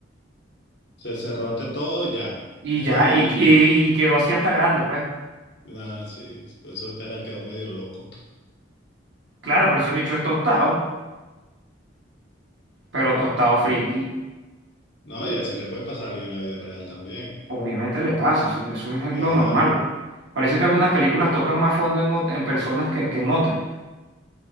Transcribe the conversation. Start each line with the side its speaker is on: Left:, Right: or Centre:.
Left: Se cerró ante todo y ya.
Right: y
Left: Era
Right: ya,
Left: él,
Right: y, y- y quedó así hasta grande, pues.
Left: y- nada, sí, por eso era, quedó medio loco.
Right: Claro, por eso el bicho es tostado, pero tostado friki.
Left: No, y así le puede pasar a alguien en la vida real también.
Right: Obviamente le pasa, eso, eso es
Left: Claro.
Right: lo normal. Parece que algunas películas tocan más fondo en, ot- en personas que, que en otras.